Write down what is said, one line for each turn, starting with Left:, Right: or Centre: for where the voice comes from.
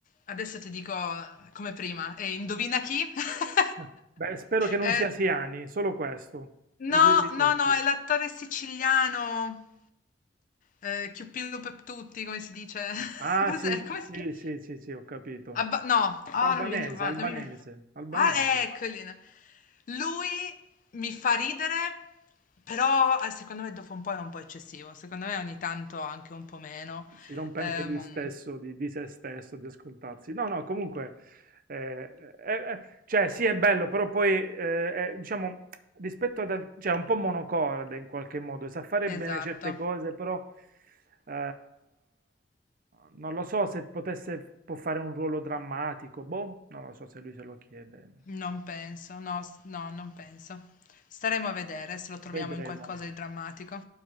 Left: adesso ti dico come prima, e indovina chi? <laughs>
Right: Eh, Beh, spero che non
Left: Eh,
Right: sia Siani, solo questo, puoi
Left: No,
Right: dirli tutti.
Left: no, no, è l'attore siciliano, eh, Chiuppillo per tutti, come si dice? <laughs>
Right: Ah,
Left: Cos'è?
Right: sì,
Left: Come
Right: sì,
Left: si chiama?
Right: sì, sì, sì, ho capito.
Left: Abba- no, ah,
Right: Albanese,
Left: non mi viene, va,
Right: albanese,
Left: non mi viene.
Right: albanese.
Left: Ah, eccoli. no. Lui mi fa ridere, però eh, secondo me dopo un po' è un po' eccessivo, secondo me ogni tanto anche un po' meno.
Right: si rompe
Left: Ehm,
Right: anche lui stesso di, di se stesso, di ascoltarsi. No, no, comunque, eh, eh, eh, cioè sì è bello, però poi, eh, è, diciamo, rispetto ad altri, cioè è un po' monocorde in qualche modo, sa fare
Left: esatto,
Right: bene certe cose, però eh, non lo so se potesse, può fare un ruolo drammatico, boh, non lo so se lui se lo chiede.
Left: non penso, no, s- no, non penso. Staremo a vedere se lo troviamo
Right: Vedremo.
Left: in qualcosa di drammatico.